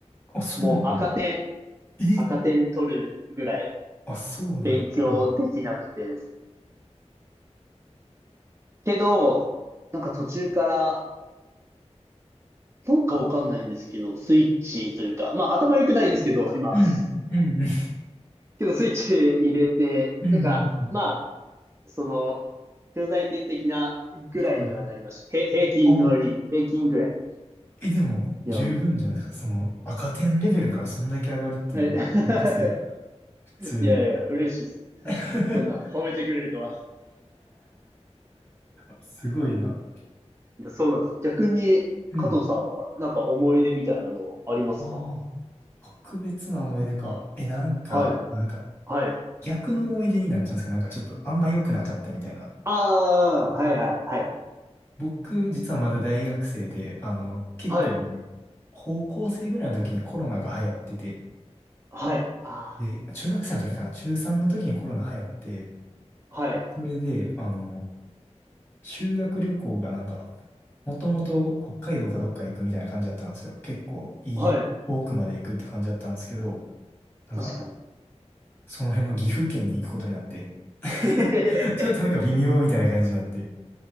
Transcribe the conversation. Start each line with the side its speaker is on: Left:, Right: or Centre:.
Left: あ、そうなん
Right: もう赤点、
Left: や。え
Right: 赤点取るぐらい
Left: あ、そうなんや。
Right: 勉強できなくてですね。
Left: うん
Right: けど、なんか途中から、なんかわかんないんですけど、スイッチというか、まあ頭良くないんですけど、今。
Left: うん。
Right: <laughs>
Left: うん。うん。うん。うん。
Right: けどスイッチ入れて、
Left: うんうん
Right: なんか、まあ、その、兄弟点的なぐらいにはなりました。
Left: はい。
Right: へ、平均のり、
Left: あ
Right: 平均ぐらい。
Left: え、でも、
Right: いや、
Left: 十分じゃないですか。
Right: <laughs> も
Left: その、赤点レベルからそんだけ上がるってなんか、
Right: うえ <laughs>
Left: めっちゃすごい。普通に。
Right: いやいや、嬉しいです。
Left: <laughs>
Right: そんな褒めてくれるとは。
Left: すごいな。
Right: いや、そうなんです。逆に、
Left: うん。
Right: 加藤さんは、なんか思い出みたいなのありますか
Left: ああ、特別な思い出か。え、なんか、
Right: はい。
Left: なんか、
Right: はい。
Left: 逆の思い出になっちゃうんですかなんかちょっとあんま良くなかったみたいな。
Right: ああ、はいはいはい。
Left: 僕、実はまだ大学生で、あの、結構なんだろう。
Right: はい。
Left: 高校生ぐらいの時にコロナが流行ってて、
Right: はい。あ
Left: で、中学生の時かな、中3の時にコロナ流行って、
Right: あはい。
Left: それで、あの、修学旅行がなんか、もともと北海道かどっか行くみたいな感じだったんですよ。結構いい、
Right: はい。
Left: 遠くまで行くって感じだったんですけど、なんか、
Right: 確かに。
Left: その辺の岐阜県に行くことになって、
Right: <laughs> えへへへ
Left: <laughs> ちょっとなんか微妙みたいな感じになって、